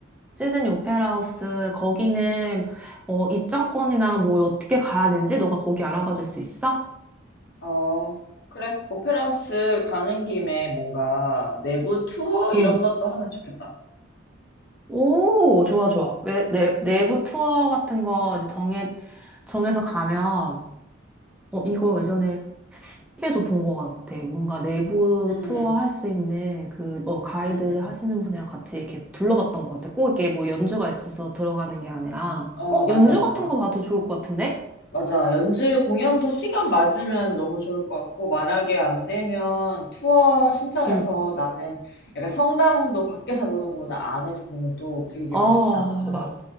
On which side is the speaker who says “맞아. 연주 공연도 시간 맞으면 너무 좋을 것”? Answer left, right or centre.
Left